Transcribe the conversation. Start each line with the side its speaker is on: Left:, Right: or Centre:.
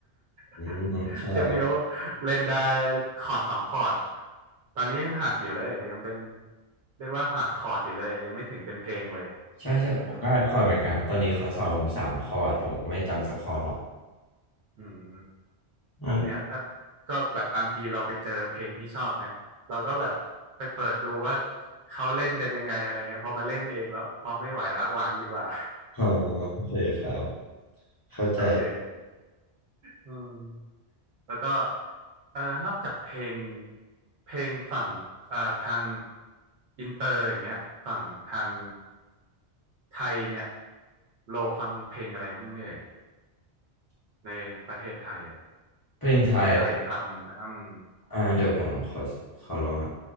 Left: อืมใช่
Right: <laughs> เจ็บนิ้วเล่นได้คอร์ดสองคอร์ดตอนนี้ยังหัดอยู่เลยยังเป็นเรียกว่าหัดคอร์ดอยู่เลยยังไม่ถึงเป็นเพลงเลย
Left: ใช่ใช่ผมก็อ่คอร์ดเหมือนกันครับตอนนี้เขาสอนผมสามคอร์ดผมก็ไม่จำสักคอร์ดหรอก
Right: อืมอืม
Left: มัน
Right: เนี่ยถ้าก็แบบบางทีเราไปเจอเพลงที่ชอบนะเราก็แบบไปเปิดดูว่าเขาเล่นกันยังไงอะไรเงี้ยพอมาเล่นเองแล้วพอไม่ไหวละวางดีกว่า
Left: อ๋อโอเคครับ
Right: <laughs>
Left: เข้าใจ
Right: โอเค อืมแล้วก็เอ่อนอกจากเพลงเพลงฝั่งเอ่อทางอินเตอร์อย่างเงี้ยฝั่งทางไทยเนี่ยโลฟังเพลงอะไรบ้างไหมเอ่ยในประเทศไทยอ่ะ
Left: เพลงไทยเหรอ
Right: คนไทยทำอืม
Left: อ่าเดี๋ยวผมขอขอลองฮะ